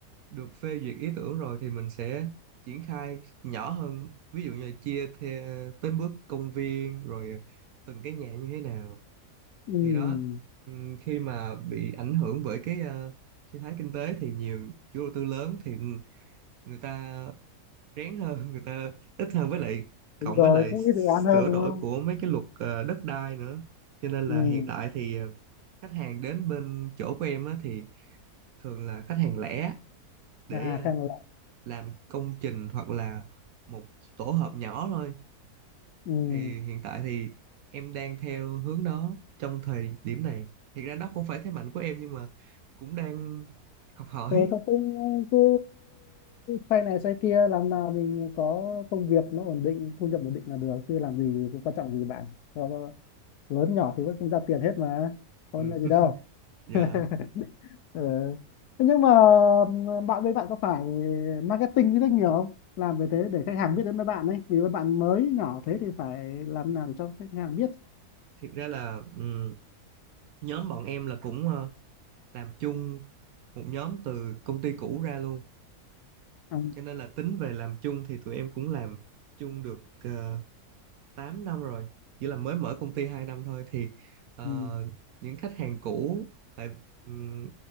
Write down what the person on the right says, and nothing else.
được phê duyệt ý tưởng rồi thì mình sẽ triển khai nhỏ hơn ví dụ như là chia theo tới bước công viên rồi ờ, từng cái nhà như thế nào
thì đó ừm, khi mà bị ảnh hưởng bởi cái ờ, suy thoái kinh tế thì nhiều chủ đầu tư lớn thì người ta rén hơn <laughs> người ta ít hơn với lại
cộng
với lại
sửa
đổi
của mấy cái luật ờ, đất đai nữa cho nên
là hiện tại thì ờ, khách hàng đến bên chỗ của em á, thì thường là khách hàng lẻ để
ờ,
làm công trình hoặc là một tổ hợp nhỏ thôi
thì hiện tại thì em đang theo hướng đó trong thời điểm này hiện ra đó không phải thế mạnh của em nhưng mà cũng đang học hỏi
ừ.
dạ
thiệt ra là ừ, nhóm bọn em là cũng ờ, làm chung một nhóm từ công ty cũ ra luôn
cho nên là tính về làm chung thì tụi em cũng làm chung được ờ, 8 năm rồi chỉ là mới mở công ty 2 năm thôi thì ờ,
những khách hàng cũ tại ừm,